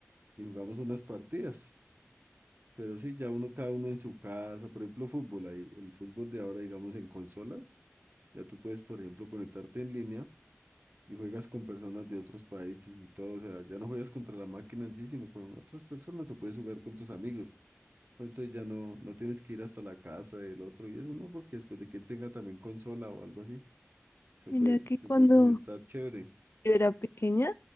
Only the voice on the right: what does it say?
y jugamos unas partidas. Pero sí, ya uno, cada uno en su casa, por ejemplo, fútbol, ahí, el fútbol de ahora, digamos, en consolas, ya tú puedes, por ejemplo, conectarte en línea y juegas con personas de otros países y todo, o sea, ya no juegas contra la máquina en sí, sino con otras personas, o puedes jugar con tus amigos, Pero entonces ya no, no tienes que ir hasta la casa del otro y eso no, porque después de que él tenga también consola o algo así, se
puede,
se
puede conectar chévere,